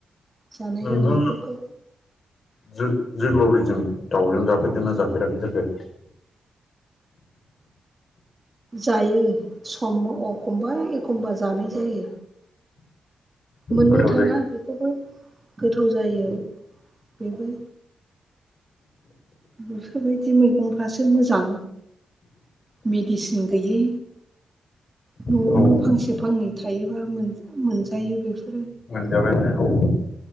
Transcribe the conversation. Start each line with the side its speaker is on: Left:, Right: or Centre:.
Right: जानाय
Left: नोंथाङा
Right: लोंनायफोरखौ
Left: जो जोग्लावरिजों दाउजों जाफेरदोंना जाफेराखै जाखो <inaudible>
Right: जायो सम अखमबा एखमबा जानाय जायो मोननो
Left: गोथाव जायो
Right: थाङा बेखौबो गोथाव जायो बेबो। बेफोरबायदि मैगंफ्रासो मोजां मेडिसिन गैयै न'आवनो
Left: औ
Right: फांसे फांनै थायोबा मोनजायो बेफोर
Left: मोनजाबाय नै औ